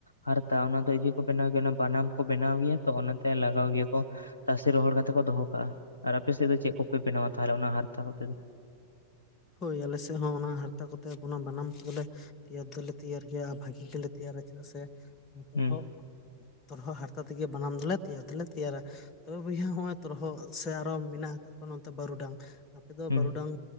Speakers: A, on the left (about 80°); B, on the left (about 30°).
A: ᱦᱟᱨ ᱛᱟ ᱚᱱᱟ ᱫᱚ ᱤᱡᱟᱹ ᱠᱚ ᱵᱮᱱᱟᱣ ᱜᱮᱭᱟ ᱚᱱᱟ ᱵᱟᱱᱟᱢ ᱠᱚ ᱵᱮᱱᱟᱣ ᱜᱮᱭᱟ ᱛᱚ ᱚᱱᱟᱛᱮ ᱞᱟᱜᱟᱣ ᱜᱮᱭᱟ ᱠᱚ᱾ ᱛᱟᱥᱮ ᱨᱚᱦᱚᱲ ᱠᱟᱛᱮ ᱠᱚ ᱫᱚᱦᱚ ᱠᱟᱜᱼᱟ ᱟᱨ ᱟᱯᱮ ᱥᱮᱫ ᱫᱚ ᱪᱮᱫ ᱠᱚᱯᱮ ᱵᱮᱱᱟᱣᱟ ᱛᱷᱟᱞᱮ ᱚᱱᱟ ᱦᱟᱨᱛᱟ ᱠᱚᱛᱮ ᱫᱚ?
B: ᱦᱳᱭ ᱟᱞᱮ ᱥᱮᱫ ᱦᱚᱸ ᱚᱱᱟ ᱦᱟᱨᱛᱟ ᱠᱚᱛᱮ ᱚᱱᱟ ᱵᱟᱱᱟᱢᱵ ᱫᱚᱞᱮ ᱛᱮᱭᱟᱨ ᱫᱚᱞᱮ ᱛᱮᱭᱟᱨ ᱜᱮᱭᱟ ᱟᱨ ᱵᱷᱟᱹᱜᱤ ᱜᱮᱞᱮ ᱛᱮᱭᱟᱨᱟ ᱪᱮᱫᱟᱜ ᱥᱮ ᱱᱮᱛᱟᱨ
A: ᱦᱩᱸ
B: ᱦᱚᱸ ᱛᱚᱨᱦᱚᱫ ᱦᱟᱨᱛᱟ ᱛᱮᱜᱮ ᱵᱟᱱᱟᱢ ᱫᱚᱞᱮ ᱛᱮᱭᱟᱨ ᱫᱚᱞᱮ ᱛᱮᱭᱟᱨᱟ᱾ ᱛᱚᱵᱮ ᱵᱚᱭᱦᱟ ᱦᱚᱸᱜᱼᱚᱭ ᱛᱚᱨᱚᱦᱚᱫ ᱥᱮ ᱟᱨᱚ ᱢᱮᱱᱟᱜ ᱟᱠᱟᱫ ᱠᱚᱣᱟ ᱱᱚᱛᱮ ᱵᱟᱹᱨᱩᱰᱟᱝ ᱟᱯᱮ ᱫᱚ
A: ᱦᱩᱸ
B: ᱵᱟᱹᱨᱩᱰᱟᱝ